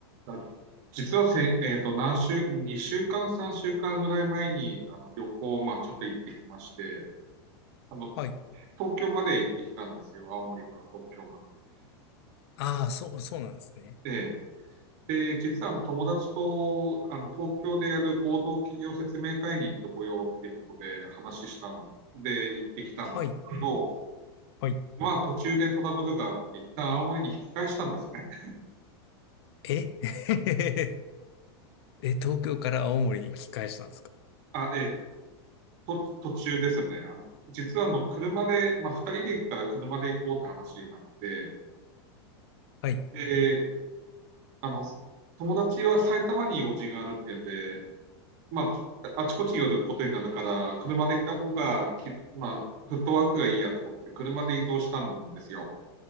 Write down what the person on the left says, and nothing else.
はい。
ああ、そう、そうなんですね。
はい。はい。
え <laughs> え、東京から青森に引き返したんですか
はい。